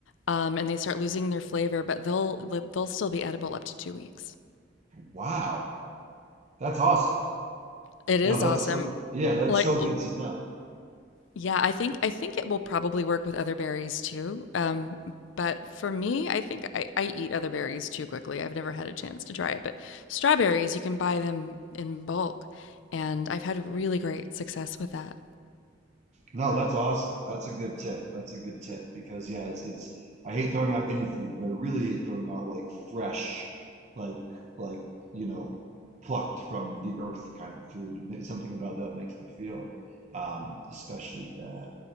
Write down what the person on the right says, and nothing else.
Wow, that's awesome.
No, that's
so. Yeah, that's
so good to know.
No, that's awesome. That's a good tip. That's a good tip because yeah, it's it's I hate throwing out any food, but I really hate throwing out like fresh, like like you know, plucked from the earth kind of food. Ma- Something about that makes me feel um, especially bad.